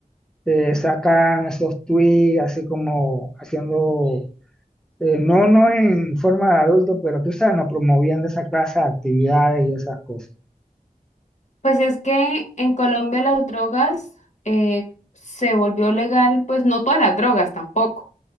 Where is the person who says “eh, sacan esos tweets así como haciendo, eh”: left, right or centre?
Centre